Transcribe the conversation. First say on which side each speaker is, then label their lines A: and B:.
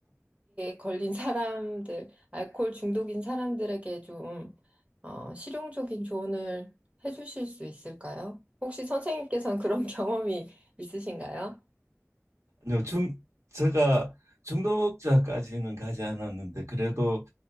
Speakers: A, on the right; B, on the right.
A: 걸린 사람들, 알코올 중독인 사람들에게 좀 어, 실용적인 조언을 해주실 수 있을까요? 혹시 선생님께서는 그런 <laughs> 경험이 있으신가요?
B: 요중 제가 중독자까지는 가지 않았는데 그래도